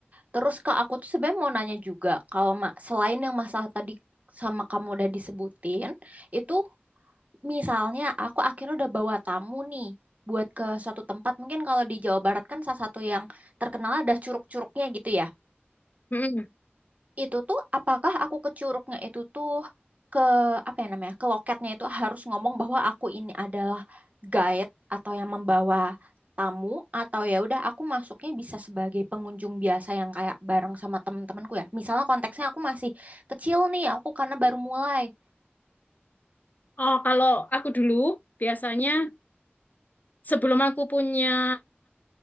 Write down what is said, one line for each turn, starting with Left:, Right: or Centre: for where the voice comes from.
Right: Terus Kak aku tuh sebenarnya mau nanya juga kalau ma- selain yang masalah tadi sama kamu udah disebutin, itu misalnya aku akhirnya udah bawa tamu nih buat ke suatu tempat mungkin kalau di Jawa Barat kan salah satu yang terkenal ada curug-curugnya gitu ya
Left: Mm-mm.
Right: itu tuh apakah aku ke Curugnya itu tuh ke apa ya namanya ke loketnya itu harus ngomong bahwa aku ini adalah guide atau yang membawa tamu atau ya udah aku masuknya bisa sebagai pengunjung biasa yang kayak bareng sama temen temanku ya misalnya konteksnya aku masih kecil nih aku karena baru mulai
Left: Oh, kalau aku dulu biasanya sebelum aku punya